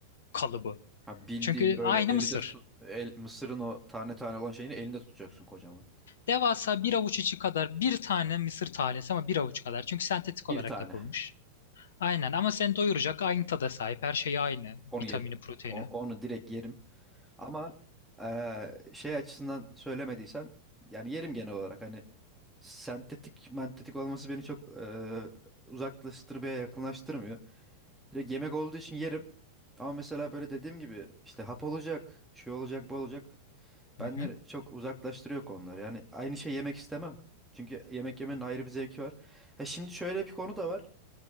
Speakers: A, on the left; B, in the centre.
A: kalıbı.
B: Ha, bildiğin
A: Çünkü
B: böyle
A: aynı
B: elinde
A: mısır.
B: tut, el, mısırın o tane tane olan şeyini elinde tutacaksın kocaman.
A: Devasa bir avuç içi kadar bir tane mısır tanesi ama bir avuç kadar. Çünkü sentetik
B: Bir
A: olarak
B: tane.
A: yapılmış. Aynen ama seni doyuracak aynı tada sahip. Her şey aynı.
B: Onu
A: Vitamini,
B: yerim.
A: proteini.
B: O- Onu, direkt yerim. Ama ee, şey açısından söylemediysen yani yerim genel olarak. Hani sentetik mentetik olması beni çok e, uzaklaştırmaya yakınlaştırmıyor. Direkt yemek olduğu için yerim. Ama mesela böyle dediğim gibi işte hap olacak, şey olacak, bu olacak. Benden
A: Hı hı.
B: çok uzaklaştırıyor konular. Yani aynı şey yemek istemem. Çünkü yemek yemenin ayrı bir zevki var. Ha şimdi şöyle bir konu da var.